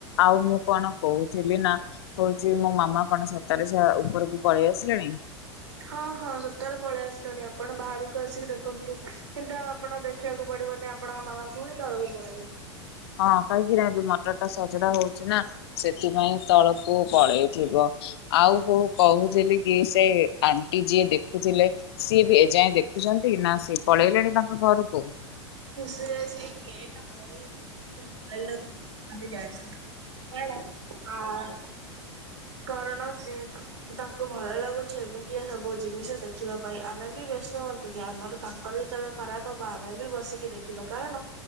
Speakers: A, on the left; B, on the right.
A: ଆଉ ମୁଁ କଣ କହୁଥିଲି ନାଁ ହଉଛି ମୋ ମାମା କଣ ସ ତାହେଲେ ସେ ଉପରକୁ ପଳେଇ ଆସିଲେଣି।
B: ହଁ ହଁ ସତରେ ପଳେଇ ଆସିଲେଣି ଆପଣ ବାହାରକୁ ଆସିକି ଦେଖନ୍ତୁ କିନ୍ତୁ ଆଉ ଆପଣ ଦେଖିବାକୁ ପଡିବନି ଆ ଆପଣଙ୍କ ମାମା ପୁଣି ତଳକୁ ପଳେଇଲେ।
A: ହଁ କାହିଁକିନା ଏ ଯୋଉ ମଟରଟା ସଜଡା ହଉଛି ନା ସେଥିପାଇଁ ତଳକୁ ପଳେଇଥିବ। ଆଉ କୋଉ କହୁ ଥିଲି କି ସେ ଆଣ୍ଟି ଯିଏ ଦେଖୁଥିଲେ ସିଏ ବି ଏଯାଏଁ ଦେଖୁଛନ୍ତି ନା ସେ ସେ ପଳେଇଲେଣି ତାଙ୍କ ଘରୁକୁ?
B: ସେଇ ଗେଟ ନ ମୋରି ଏ ମୋବାଇଲ୍ ଟା ଧରି ଯାଏ ହଅ। କାରଣ ସିଏ ତାଙ୍କୁ ଭଲ ଲାଗୁଛି ଏମିତିଆ ସବୁ ଜିନିଷ ଦେଖିବା ପାଇଁ ଆମେ ବ୍ୟସ୍ତ ହୁଅୁ କି ଆମର ତାଙ୍କର ଯେତେବେଳେ ଖରାପ ହବ ଆମେ ବି ବସିକି ଦେଖିବା କାରଣ